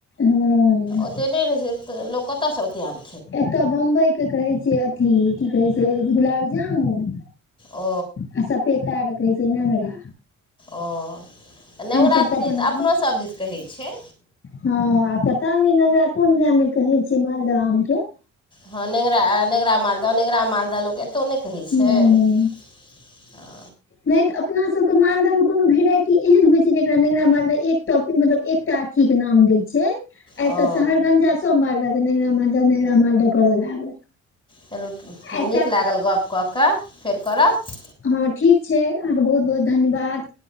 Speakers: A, on the left; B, on the left.
A: हँ
B: ओतऽ नहि रहि लोक तऽ ओतऽ आब
A: एतय बम्बईके कहै छै, अथी की कहै छै, गुलाब जामुन।
B: ओ
A: आ सपेता के कहै छै नंगरा।
B: ओ तऽ नेङ्गरा
A: सबके
B: तऽ
A: अपन
B: दीद,
A: नाम
B: अपनोसभ दीद कहै छै।
A: हँ, आ पता नहि नेगरा कोन गाममे कहै छी मालदह आमके।
B: हँ, नेङगरा नेङगरा, मालदह, नेङ्गरा मालदह लोक एतहु नहि कहै छै।
A: हूं
B: ह
A: नहि तऽ अपना सभके मालदामे कोनो वैरायटी एहन होइ छै, जेकरा लंगरा मालदा एकटा मतलब एकटा अहाँके नाम देल छै, एतऽ
B: ओ
A: शहरगंजासँ मारि रहल। न, मालदह कर लागल
B: चलू
A: एकटा।
B: नीक लागल गप कऽ फेर करब
A: हँ, ठीक छै। अहाँके बहुत बहुत धन्यवाद।